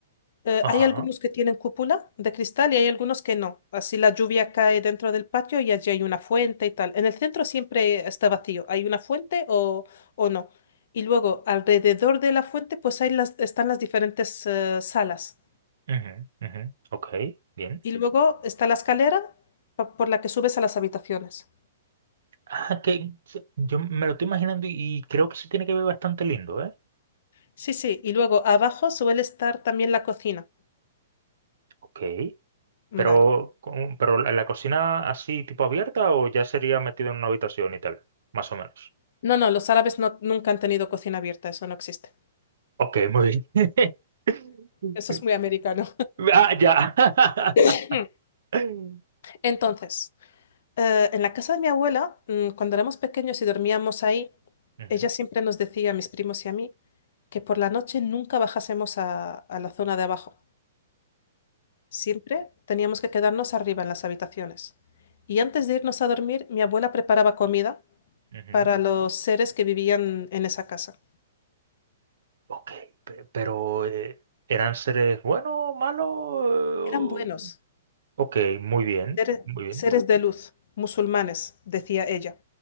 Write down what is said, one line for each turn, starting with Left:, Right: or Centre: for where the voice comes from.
Left: Eh,
Right: Ajá,
Left: hay algunos que tienen cúpula de cristal y hay algunos que no. Así la lluvia cae dentro del patio y allí hay una fuente y tal. En el centro siempre está vacío. ¿Hay una fuente o, o no? Y luego alrededor de la fuente pues hay las, están las diferentes eh, salas.
Right: ujú, ujú, Ok, bien.
Left: Y luego está la escalera pa- por la que subes a las habitaciones.
Right: Ah, que se- yo me lo estoy imaginando y, y creo que se tiene que ver bastante lindo, ¿eh?
Left: Sí, sí. Y luego abajo suele estar también la cocina.
Right: Ok,
Left: Vale.
Right: pero, con- pero la, la cocina así tipo abierta o ya sería metido en una habitación y tal, más o menos.
Left: No, no, los árabes no, nunca han tenido cocina abierta. Eso no existe.
Right: Ok, muy bien. <laughs>
Left: Eso es muy americano.
Right: Ah, ya.
Left: <laughs>
Right: <laughs>
Left: <clears throat>
Right: <laughs> Ujú,
Left: Entonces. Eh, en la casa de mi abuela, mm, cuando éramos pequeños y dormíamos ahí,
Right: Ok,
Left: ella siempre nos decía, a mis primos y a mí, que por la noche nunca bajásemos a, a la zona de abajo. Siempre teníamos que quedarnos arriba en las habitaciones. Y antes de irnos a dormir, mi abuela preparaba comida
Right: ujú.
Left: para los seres que vivían en esa casa.
Right: ok, pe- pero eh, ¿eran seres buenos, malos?
Left: Eran buenos,
Right: Eh, Ok, muy bien,
Left: seres,
Right: muy bien,
Left: seres de luz, musulmanes, decía ella.